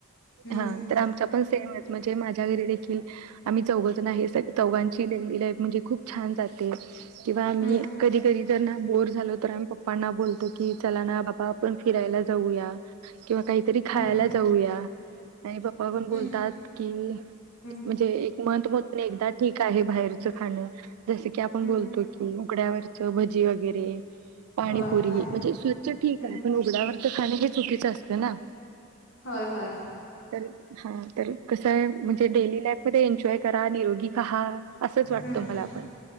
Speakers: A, on the left (about 55°); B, on the right (about 80°).
A: हम्म
B: हा, तर आमचा पण सेम म्हणजे माझ्या घरी देखील आम्ही चौघच जण आहेत, चौघांची डेली लाईफ म्हणजे खूप छान जात ते किंवा मी
A: हम्म
B: कधी कधी ना, बोर झालो तर, आम्ही पप्पांना बोलतो की, चला ना बापा आपण फिरायला जाऊया. किंवा काहीतरी खायला
A: हम्म
B: जाऊया. आणि पप्पा पण बोलतात
A: हम्म
B: की,
A: हम्म
B: म्हणजे एक मत पण एकदा ठीक आहे बाहेरचं खाणं, जसं की आपण
A: हम्म
B: बोलतो, की उघड्यावरच भजी वगैरे पाणीपुरी,
A: होय होय
B: म्हणजे स्वच्छ ठीक
A: हम्म
B: आहे. पण उघड्यावरच खाण
A: हम्म
B: हे चुकीचं असतं ना?
A: होय होय
B: तर, ह. कस आहे, म्हणजे डेली लाईफ मध्ये एन्जॉय करा निरोगी रहा असंच वाटतं
A: हम्म
B: मला पण